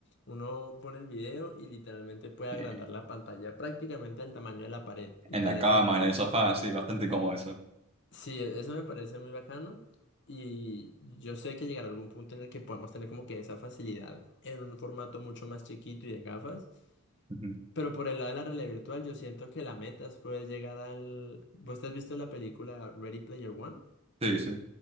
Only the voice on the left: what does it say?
Uno pone el video y literalmente puede
agrandar la pantalla prácticamente al tamaño de la pared. Y
tenés
una pantalla.
Sí, e- eso me parece muy bacano y yo sé que llegará algún punto en el que podamos tener como que esa facilidad en un formato mucho más chiquito y de gafas,
pero por el lado de la realidad virtual yo siento que la meta es poder llegar al... ¿Vos te has visto la película Ready Player One?